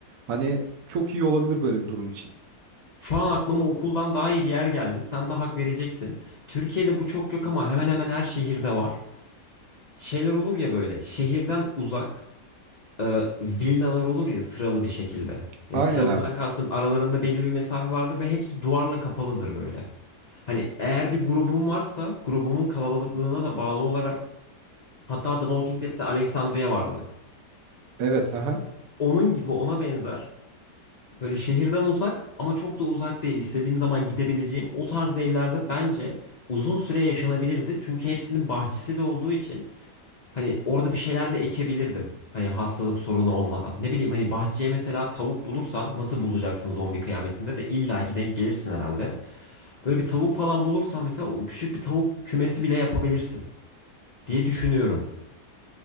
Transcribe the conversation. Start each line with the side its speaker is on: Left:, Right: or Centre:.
Right: hani çok iyi olabilir böyle bir durum için.
Left: Şu an aklıma okuldan daha iyi bir yer geldi. Sen de hak vereceksin. Türkiye'de bu çok yok ama hemen hemen her şehirde var. Şeyler olur ya böyle şehirden uzak e, villalar olur ya sıralı bir şekilde. Ya
Right: Aynen
Left: sıralıdan
Right: abi.
Left: kastım aralarında belli bir mesafe vardır ve hepsi duvarla kapalıdır böyle. Hani eğer bir grubum varsa grubumun kalabalıklığına da bağlı olarak hatta The Walking Dead'te Alexandria vardı.
Right: Evet. Aha.
Left: Onun gibi ona benzer böyle şehirden uzak ama çok da uzak değil istediğim zaman gidebileceğim o tarz evlerde bence uzun süre yaşanabilirdi. Çünkü hepsinin bahçesi de olduğu için Hani orada bir şeyler de ekebilirdim. Hani hastalık sorunu olmadan. Ne bileyim hani bahçeye mesela tavuk bulursan nasıl bulacaksın zombi kıyametinde de illaki denk gelirsin herhalde. Böyle bir tavuk falan bulursan mesela o küçük bir tavuk kümesi bile yapabilirsin diye düşünüyorum.